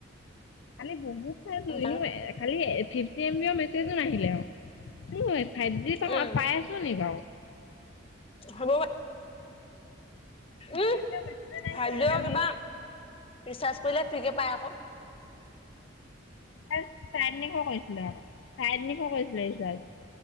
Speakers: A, on the left (about 65°); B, on the left (about 30°).
A: খালি বহুত চালো
B: উম
A: এনো এ খালি ফিফ চি এম বি অৰ মেছেজো নাহিলে কি হয় ফাইভ জি পাও
B: উম
A: পাই আ ছো নি বাও।
B: হ'ব বা
A: ফিফটি
B: উম
A: এম বি মেছেজে নাহিলে
B: ফাই জি
A: যে
B: অ
A: কালিও
B: কিবা ৰিচাৰ্জ কৰিলে ফ্ৰী কে পায় আক।
A: এট চাৰে তিনিশ কৈছিলে, চাৰে তিনিশ কৈছিলে ৰিচাৰ্ছ।